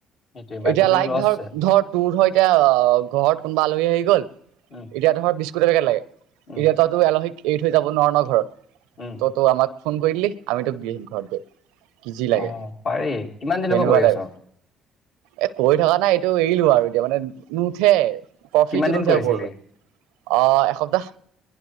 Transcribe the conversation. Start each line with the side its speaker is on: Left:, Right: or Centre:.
Left: সেইটোৱে বাইকত
Right: এতিয়া
Left: গ'লে
Right: লাইক
Left: লছ
Right: ধৰ
Left: আছে।
Right: ধৰ তোৰ ধৰ এতিয়া ঘৰত কোনোবা আলহী আহি গল
Left: উম,
Right: এতিয়া ধৰ। বিস্কুট এপেকেট লাগে।
Left: উম,
Right: এয়া ততো এলহিক এৰি থৈ যাব নোৱাৰা ন ঘৰত
Left: উম,
Right: ত তো আমাক ফোন কৰিলি দিলি আমি তোক দি আহিম ঘৰত গৈ কি যি লাগে
Left: অ' পাৰি কিমান দিনৰ
Right: সেনেকুৱা
Left: পৰা কৰি
Right: টাইপ
Left: আছ?
Right: এ কৈ থকা নাই এইটো এৰিলো আৰু এতিয়া মানে নুঠে প্ৰফিটো
Left: কিমান দিন
Right: নুঠে
Left: কৰিছিলি?
Right: বোৰ আহ এসপ্তাহ